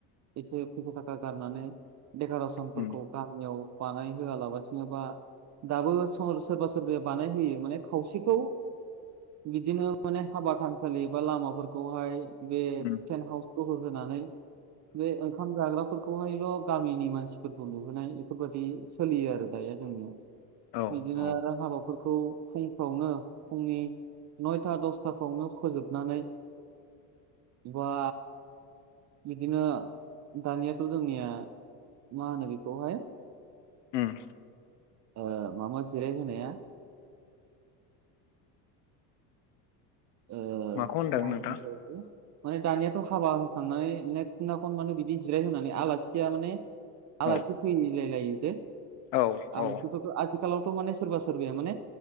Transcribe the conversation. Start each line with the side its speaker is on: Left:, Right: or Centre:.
Right: एसे फैसा थाखा गारनानै देक'रेसनफोरखौ
Left: उम
Right: गामियाव बानाय होआलाबासिनोबा दाबो सोरबा सोरबाया बानायहोयो माने खावसेखौ बिदिनो माने हाबा थानसालि बा लामाफोरखौहाय बे
Left: उम
Right: टेन्ट हाउस होनानै बे ओंखाम जाग्राफोरखौ बेखौहायल' गामिनि मानसिफोरखौ नुुबोनाय बेफोरबायदि सोलियो आरो दाया जोंनियाव
Left: औ
Right: बिदिनो
Left: औ
Right: आरो हाबाफोरखौ फुंफ्रावनो फुंनि नयथा दसथाफ्रावनो फोजोबनानै बा बिदिनो दानियाथ' जोंनिया मा होनो बेखौहाय
Left: ओम
Right: ओ मा मा जिराय होनाया ओ
Left: माखौ होनदों
Right: मा होनो
Left: नोंथां
Right: बेखौ माने दानियाथ' हाबा होखांनानै नेक्स्ट दिनाखन माने बिदि जिराय होनानै आलासिया माने आलासि
Left: औ
Right: फैलायलायो जे
Left: औ
Right: आलासिफोरखौ
Left: औ
Right: आथिखालावथ' माने सोरबा सोरबाया माने